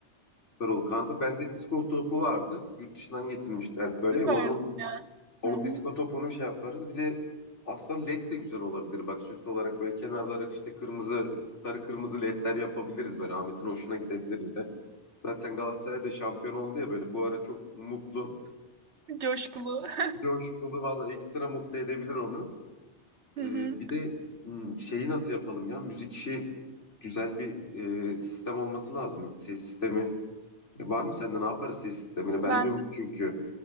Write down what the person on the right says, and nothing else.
Süpersin
ya.
Hı hı.
Coşkulu. <laughs>
Hı
hı.
Ben